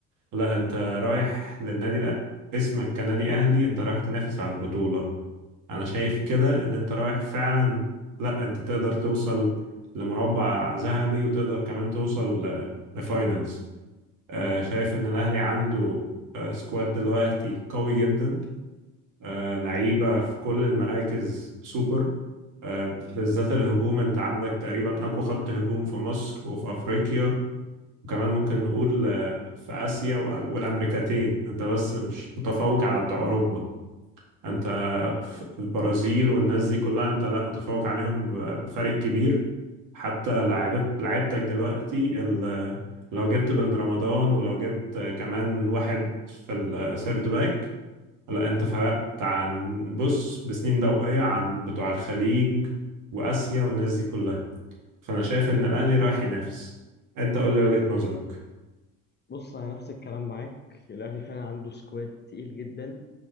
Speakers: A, on the right; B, on the left.
A: لا انت رايح للنادي الأ- اسمك كنادي اهلي انت رايح تنافس على البطولة انا شايف كده ان انت رايح فعلا لا انت تقدر توصل لمربع ذهبي وتقدر كمان توصل ل- لفاينانس آه، شايف ان الاهلي عنده آه، سكواد دلوقتي قوي جدا آه، لعيبة في كل المراكز سوبر آه، بالذات الهجوم انت عندك تقريبا اقوى خط هجوم في مصر وفي افريقيا وكمان ممكن نقول آه، في اسيا وأ- والامريكتين انت بس مش متفوق على بتوع اوروبا انت
B: مم.
A: في البرازيل والناس دي كلها انت لا متفوق عليهم بفرق كبير حتى لعبت لعبتك دلوقتي ال- لو جبت بن رمضان ولو جبت كمان واحد في السيرد باك لا انت فرقت عن بص بسنين ضوئية عن بتوع الخليج وآسيا والناس دي كلها فأنا شايف إن الأهلي رايح ينافس انت قول لي وجهة نظرك
B: بص انا نفس الكلام معاك الاهلي فعلا عنده سكواد تقيل جدا